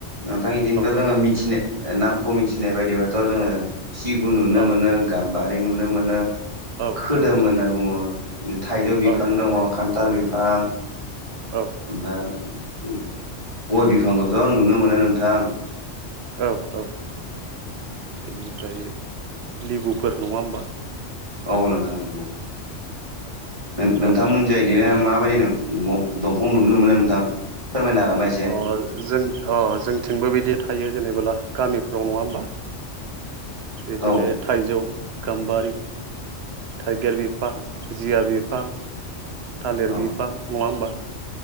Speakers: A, on the right (about 25°); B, on the right (about 65°).
A: नोंथां इदिनोथ' जोङो
B: औ
A: मिथिनाय नामखौ मिथिनाय बायदिबाथ' जोङो सिगुन नुनो
B: औ
A: मोनो गाम्बारि नुनो मोनो
B: औ
A: खोदोम
B: औ
A: होनना बुङो थाइजौ बिफां
B: औ
A: दङ', खान्थाल बिफां
B: औ
A: ओमफाय गय फिफांखौथ' नुनो मोनो नोंथां।
B: औ औ।
A: उम।
B: बेनिफ्राय लेबुफोर नङा होनबा।
A: औ नोंथां नंगौ। नों-नोंथांमोननि
B: औ औ
A: जायदिनाया
B: बे
A: माबायदि दंफां नुनो मोनो नोंथां फोरमायनो हागोन एसे?
B: अ जों अ जोंथिंबो बिदि थायो जेनेबोला गामिफ्राव नङा होमबा। बेदिनो
A: औ
B: थाइजौ, गाम्बारि थाइगिर बिफां, जिया बिफां, थालिर
A: औ
B: बिफां नङा होमबा।